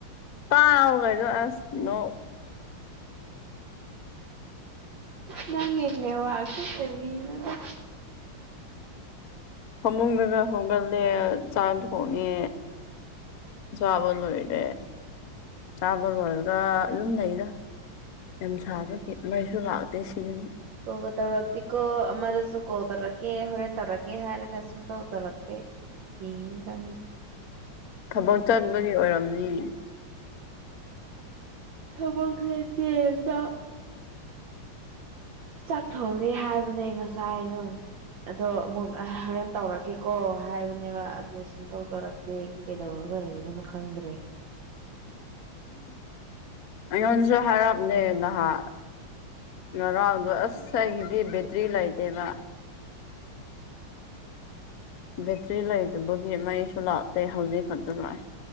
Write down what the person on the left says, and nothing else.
ꯄꯥꯎ ꯀꯁꯨ ꯑꯁ ꯅ
ꯐꯃꯨꯡꯗꯒ ꯍꯧꯣꯡꯒꯠꯂꯦ ꯆꯥꯛ ꯊꯣꯡꯉꯦ ꯆꯥꯕ ꯂꯣꯏꯔꯦ ꯆꯥꯕ ꯂꯣꯏꯔꯒ ꯌꯨꯝ ꯂꯩꯗ ꯌꯥꯝ ꯁꯥꯕꯒꯤ ꯃꯩꯁꯨ ꯂꯥꯛꯇꯦ ꯁꯤꯗ
ꯊꯕꯛ ꯆꯠꯕꯒꯤ ꯑꯣꯏꯔꯝꯅꯤ
<unintelligible> <inaudible> ꯑꯩꯉꯣꯟꯁꯨ ꯍꯥꯏꯔꯞꯅꯦ ꯅꯍꯥꯛ ꯉꯔꯥꯡꯗꯣ ꯑꯁ ꯑꯩꯒꯤꯗꯤ ꯕꯦꯇ꯭ꯔꯤ ꯂꯩꯇꯦꯕ ꯕꯦꯇ꯭ꯔꯤ ꯂꯩꯗꯨꯕꯒꯤ ꯃꯩꯁꯨ ꯂꯥꯛꯇꯦ ꯍꯧꯖꯤꯛ ꯈꯛꯇ ꯂꯥꯛꯑꯦ